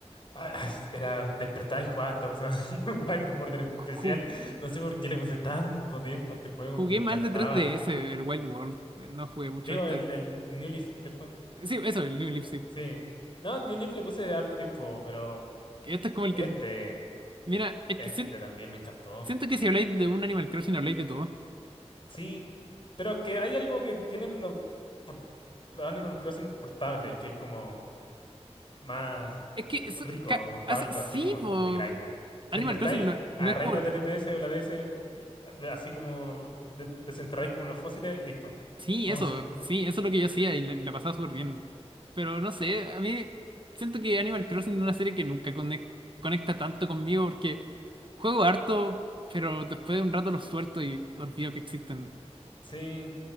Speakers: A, on the left; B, on the right.
A: ah, ah, <laughs> era despertar y jugar esta cosa. <laughs> Algo por tener especial.
B: ju-
A: No sé por qué le puse tanto tiempo a este juego.
B: jugué
A: Me encantaba.
B: mal de 3DS el Wild World. No jugué mucho
A: Digo,
B: este.
A: el, el New Leaf, ¿cierto?
B: Sí, eso, el
A: Eh,
B: New Leaf, sí.
A: Sí. No, el New Leaf le puse harto tiempo, pero
B: Este es como el
A: este,
B: que. Mira, es
A: este
B: que si-
A: también me encantó.
B: siento que si habláis de un Animal Crossing habláis de todo.
A: Sí. Pero es que hay algo que tienen los, por- los Animal Crossing portables, que es como más
B: Es que
A: rico,
B: eso, ca-
A: como jugarlo
B: hace, sí,
A: así como
B: po,
A: tan de grind nomás. Despertáis,
B: Animal Crossing no,
A: agarráis
B: no es como...
A: la 3DS o la DS, y de- así como de- desenterráis como los fósiles, listo.
B: Sí,
A: Como-
B: eso,
A: <laughs>
B: sí, eso es lo que yo hacía y la, la pasaba súper bien. Pero no sé, a mí siento que Animal Crossing es una serie que nunca conec- conecta tanto conmigo porque juego harto, pero después de un rato los suelto y olvido que existen.
A: sí,